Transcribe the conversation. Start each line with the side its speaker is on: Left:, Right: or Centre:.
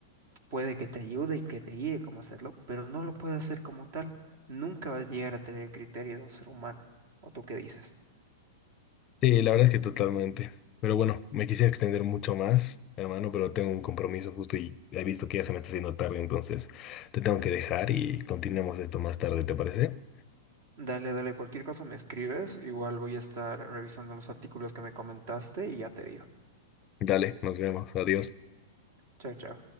Right: puede que te ayude y que te guíe cómo hacerlo, pero no lo puede hacer como tal. Nunca vas a llegar a tener el criterio de un ser humano. ¿O tú qué dices?
Left: Sí, la verdad es que totalmente. Pero bueno, me quisiera extender mucho más, hermano, pero tengo un compromiso justo y he visto que ya se me está haciendo tarde, entonces te tengo que dejar y continuemos esto más tarde, ¿te parece?
Right: Dale, dale, cualquier cosa me escribes, igual voy a estar revisando los artículos que me comentaste y ya te digo.
Left: Dale, nos vemos, adiós.
Right: Chao, chao.